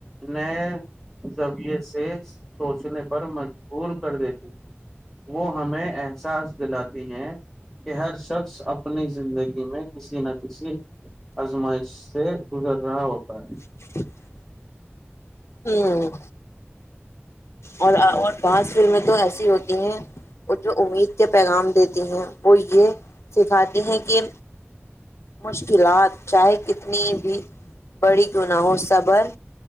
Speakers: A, in the centre; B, on the left.
A: نئے زذویے سے سوچنے پر مجبور کر دیتے ہیں وہ ہمیں احساس دلاتی ہیں کہ ہر شخص اپنی زندگی میں ک ن کسی آزمائش سے گزر رہا ہوتا ہے
B: <inaudible> ہوں اور اور بعض فلمیں تو ایسی ہوتی ہیں اور جو امید کے پیغام دیتی ہیں وہ یہ سکھاتی ہیں کہ مشکلات چاہے کتنی بھی بڑی کیوں نہ ہو صبر